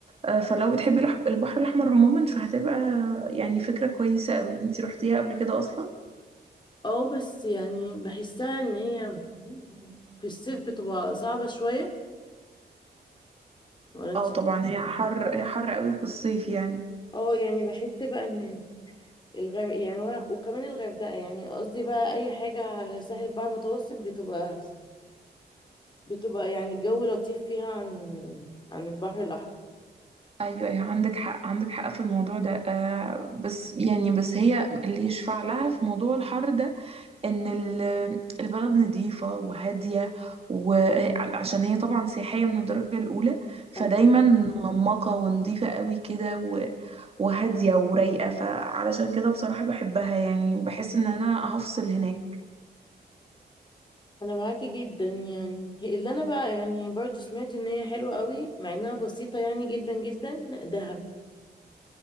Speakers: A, on the right; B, on the left.
A: آه فلو بتحبي الح- البحر الاحمر عموما فهتبقى يعني فكره كويسه قوي انتي روحتيها قبل كده اصلا
B: اه بس يعني بحسها ان هي في الصيف بتبقى صعبه شويه ولا انت
A: اه طبعا هي حر
B: شايفة؟
A: هي حر قوي في الصيف يعني
B: اه يعني بحس بقى ان الغرب يعني ولا- وكمان الغردقه يعني قصدي بقى اي حاجه على ساحل البحر المتوسط بتبقى بتبقى يعني الجو لطيف فيها عن عن البحر الأحمر
A: ايوه ايوه عندك حق عندك حق في الموضوع ده آه بس يعني بس هي اللي يشفع لها في موضوع الحر ده ان ال- البلد نظيفه وهاديه وعشان هي طبعا سياحيه من الدرجه الاولى فدايما
B: أه.
A: منمقه ونظيفه قوي كده و- وهاديه ورايقه فعلشان كده بصراحه بحبها يعني بحس ان انا هفصل هناك
B: انا معاكي جدا يعني اللي انا بقى يعني برضو سمعت ان هي حلوة قوي مع انها بسيطة يعني جدا جدا دهب